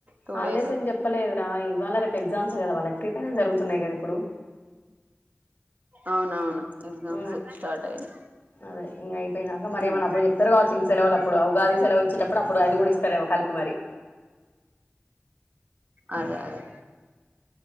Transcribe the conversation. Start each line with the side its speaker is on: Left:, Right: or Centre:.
Right: two
Left: holidays
Right: days
Left: అని చెప్ ప్పలేదురా ఇవాళ రేపు ఎగ్జామ్స్ కదా వాళ్ళకి ప్రీ ఫైనల్ జరుగుతున్నాయి కదా ఇప్పుడు
Right: అవునవును ఎగ్జామ్స్
Left: ఊ
Right: స్టార్ట్ అయినాయి
Left: అదే ఇంగ అయిపోయినాక మరేమన్నా
Right: ఉమ్
Left: అప్పుడు చెప్తారు కావచ్చు ఇంక సెలవులప్ ఇప్పుడు ఉగాది సెలవు ఇచ్చేటప్పుడు అది కూడా ఇస్తడెమో కలిపి మరి
Right: అదే అదే